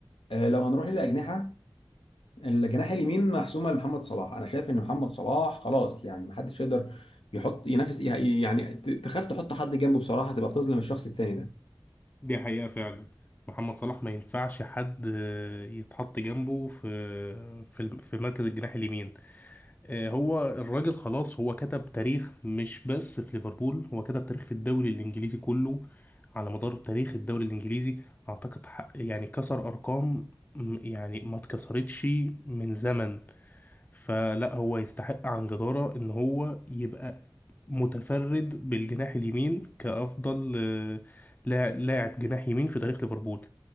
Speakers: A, on the left; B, on the left.
A: آه، لو هنروح للاجنحه الجناح اليمين محسومه لمحمد صلاح انا شايف ان محمد صلاح خلاص يعني محدش يقدر يحط ينافس يعني ت- تخاف تحط حد جنبه بصراحه تبقى بتظلم الشخص التاني ده
B: دي حقيقة فعلا محمد صلاح ما ينفعش حد آه، يتحط جنبه في في الم- في مركز الجناح اليمين آه، هو الراجل خلاص هو كتب تاريخ مش بس في ليفربول هو كتب تاريخ في الدوري الإنجليزي كله على مدار تاريخ الدوري الإنجليزي أعتقد حق- يعني كسر أرقام م- يعني ما اتكسرتش من زمن فلا هو يستحق عن جدارة إن هو يبقى متفرد بالجناح اليمين كأفضل آه، لا- لاعب جناح يمين في تاريخ ليفربول